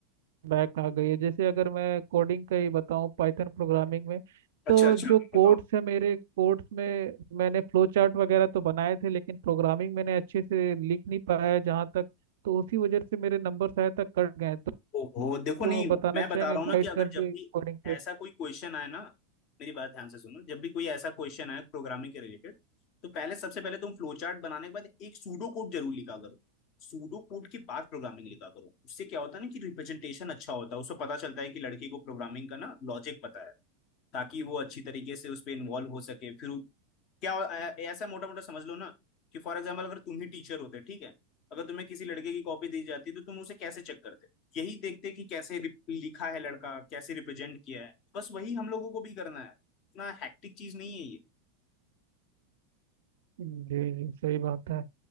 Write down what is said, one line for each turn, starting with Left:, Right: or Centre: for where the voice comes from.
Right: बैक आ गई है जैसे अगर मैं कोडिंग का ही बताऊँ पाइथन प्रोग्रामिंग में
Left: अच्छा
Right: तो
Left: अच्छा
Right: जो कोड्स
Left: बताओ
Right: है मेरे कोड्स में मैंने फ्लो चार्ट वगैरह तो बनाए थे लेकिन प्रोग्रामिंग मैंने अच्छे से लिख नहीं पाया जहाँ तक तो उसी वजह से मेरे नंबर शायद तक कट गए हैं। तो
Left: ओहो देखो नहीं
Right: वो बताना
Left: मैं
Right: चाहेंगे
Left: बता रहा
Right: गाइड
Left: हूँ ना कि अगर
Right: कर दे
Left: जब भी
Right: कोडिंग पे
Left: ऐसा कोई क्वेश्चन आए ना मेरी बात ध्यान से सुनो जब भी कोई ऐसा क्वेश्चन आए प्रोग्रामिंग के रिलेटेड तो पहले सबसे पहले तुम फ्लो चार्ट बनाने के बाद एक सूडो कोड जरूर लिखा करो सूडो कोड के बाद प्रोग्रामिंग लिखा करो उससे क्या होता है ना कि रिप्रेजेंटेशन अच्छा होता है उससे पता चलता है कि लड़के को प्रोग्रामिंग का ना लॉजिक पता है ताकि वो अच्छी तरीके से उस पर इन्वॉल्व हो सके फिर क्या ऐ- ऐसा मोटा मोटा समझ लो ना कि फॉर एग्जाम्पल अगर तुम ही टीचर होते ठीक है अगर तुम्हें किसी लड़के की कॉपी दी जाती तो तुम उसे कैसे चेक करते यही देखते कि कैसे रिप- लिखा है लड़का कैसे रिप्रेजेंट किया है बस वही हम लोगों को भी करना है इतना हैक्टिक चीज नहीं है ये
Right: जी जी सही बात है